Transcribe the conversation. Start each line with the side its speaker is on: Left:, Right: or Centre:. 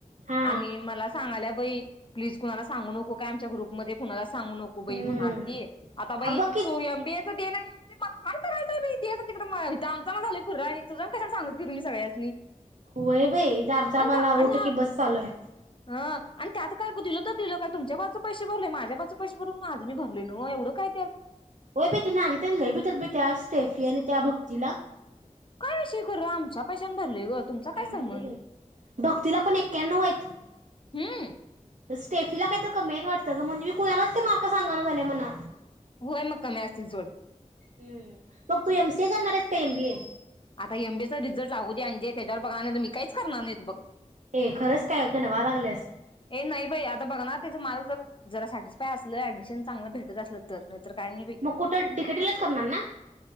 Right: हा
Left: आणि मला सांगायल्या प्लीज कोणाला? सांगू नको का आमच्या ग्रुपमध्ये कुणालाच? सांगु नको बाई
Right: हम्म
Left: म्हणालती आता बाइ
Right: अ बघ की
Left: तू एम बी ए हा देना नाही आमच काय करायचं बाई दे जा तिकडं माळ्यावर हित आमचं आम्हाला झालंय फुर तुज आणि कशाला सांगत फिरु सगळ्यासनी
Right: होय बाई इथ आमचा आम्हाला
Left: आणि आणि
Right: ओट की बस चालूय
Left: हा आणि त्यात काय ग तील दिलं का तुमच्या बाज पैसे भरले माझ्या बाज पैसे भरून आज मी भरले न एवढं काय त्यात
Right: होय बाई ती राणी त्या लई भित्यात बाई त्या स्टेफी आणि त्या भक्तीला
Left: काय अशी कर आमच्या पैशन भरले ग तुमचा
Right: काय
Left: संबंध
Right: माहिती ब भक्तीलापण एक्यानव आहेत
Left: हम्
Right: स्टेफीला काहीत कमीत वाटतं ग म्हणजे मी कुणालाच ते मार्क सांगा ना झाल्या म्हना
Left: होय मग कमी असतील सोड
Right: हम्म मग तू एमसीए करणार आहेस का एम बीए
Left: आता एमबीएचा रिझल्ट लागूदे अंजे त्याच्यावर बघा तर मी काहीच करणार नाही तो बघ
Right: ए खरंच काय क गांडवलागलेस
Left: हे नाही बाई आता बघा ना त्याच मार्क जर जरा सॅटिस्फाय असलं ऍडमिशन चांगलं भेटत असलं तर नाही काय बाई
Right: मग कुठं डीकेटीलाच करणार ना?